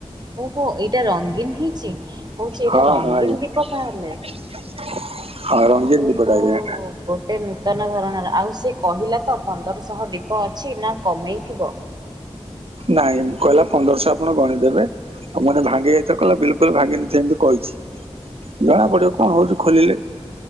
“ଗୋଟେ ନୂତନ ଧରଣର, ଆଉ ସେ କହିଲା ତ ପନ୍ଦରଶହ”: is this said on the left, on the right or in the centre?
Right